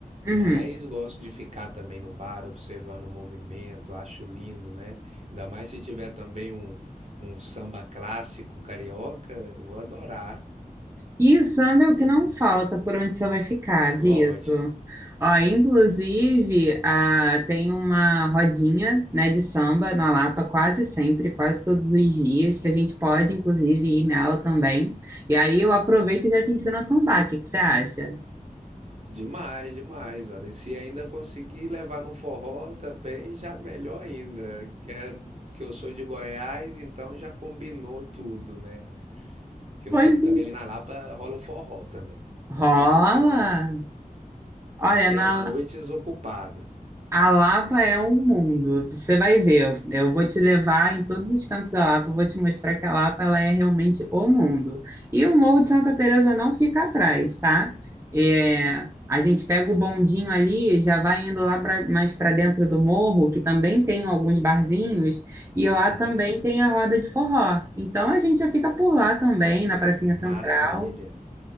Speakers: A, on the right; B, on the right.
A: uhum.
B: mas gosto de ficar também no bar observando o movimento, acho lindo, né? Ainda mais se tiver também um, um samba clássico carioca, vou adorar,
A: E samba é o que não falta por onde você vai ficar,
B: lógico.
A: Vitor. Ó, inclusive, ah, tem uma rodinha, né, de samba na Lapa quase sempre, quase todos os dias, que a gente pode, inclusive, ir nela também. E aí eu aproveito e já te ensino a sambar. O que que você acha?
B: Demais, demais. Olha, e se ainda conseguir levar num forró também, já melhor ainda. Que, é- que eu sou de Goiás, então já combinou tudo, né? Que
A: Pois
B: eu sei que
A: bem.
B: também ali na Lapa rola um forró também.
A: Rola!
B: Então já vamos ter uma,
A: Olha,
B: vamos ter
A: na
B: as noites ocupadas.
A: A Lapa é um mundo, você vai ver. Eu vou te levar em todos os cantos da Lapa, eu vou te mostrar que a Lapa ela é realmente o mundo. E o Morro de Santa Teresa não fica atrás, tá? É, a gente pega o bondinho ali, já vai indo lá pra- mais para dentro do morro, que também tem alguns barzinhos, e lá
B: Uhum.
A: também tem a roda de forró. Então a gente já fica por lá também, na Pracinha
B: Maravilha,
A: Central,